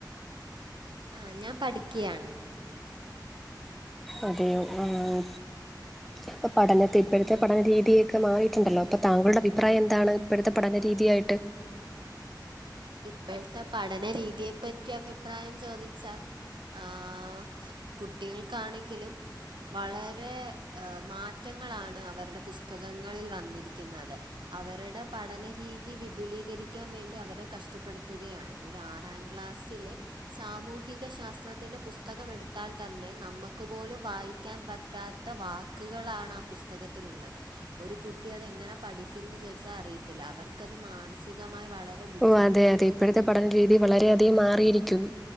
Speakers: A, on the right; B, in the centre.
A: ആഹ് ഞാൻ പഠിക്കയാണ്
B: അതെയോ ആഹ് ഇപ്പ പഠനത്തെ ഇപ്പഴത്തെ പഠന രീതിയൊക്കെ മാറീട്ടുണ്ടല്ലോ ഇപ്പ താങ്കളുടെ അഭിപ്രായം എന്താണ് ഇപ്പോഴത്തെ പഠന രീതിയായിട്ട്
A: ഇപ്പോഴത്തെ പഠന രീതിയെ പറ്റി അഭിപ്രായം ചോദിച്ചാൽ ആഹ് കുട്ടികൾക്കാണെങ്കിലും വളരെ അ മാറ്റങ്ങളാണ് അവരുടെ പുസ്തകങ്ങളിൽ വന്നിരിക്ക്ന്നത്. അവരുടെ പഠനരീതി വിപുലീകരിക്കാൻ വേണ്ടി അവരെ കഷ് ഷ്ടപ്പെടുത്തുകയാണ് ഒരു ആറാം ക്ലാസ്സിലെ സാമൂഹിക ശാസ്ത്രത്തിന്റെ പുസ്തകം എടുത്താൽ തന്നെ നമ്മക്ക് പോലും വായി ക്കാൻ പറ്റാത്ത വാക്കുകളാണ് ആ പുസ്തകത്തിലുള്ളത്. ഒരു കുട്ടി അത് എങ്ങനെ പഠിക്കുംന്ന് ചോദിച്ചാൽ അറിയത്തില്ല. അവർക്കത് മാനസികമായി വളരെ ബുദ്
B: ഓ അതെ അതെ ഇപ്പഴത്തെ പഠന രീതി വളരെയധികം മാറിയിരിക്കുന്നു.